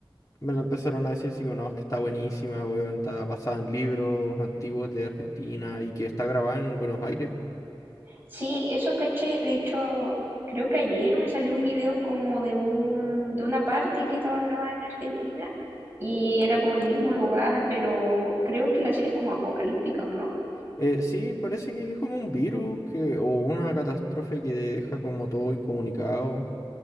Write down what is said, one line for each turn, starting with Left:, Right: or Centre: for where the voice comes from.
Left: me la empezaron a decir así como, no, es que está buenísima, weón, está basada en libros antiguos de Argentina y que está grabada en Buenos Aires.
Right: Sí, eso caché. De hecho, creo que ayer me salió un video como de un, de una parte que estaba grabada en Argentina y era como el mismo lugar, pero creo que la serie es como apocalíptica, ¿o no?
Left: Eh, sí, parece que es como un virus que, o una catástrofe que deja como todo incomunicado,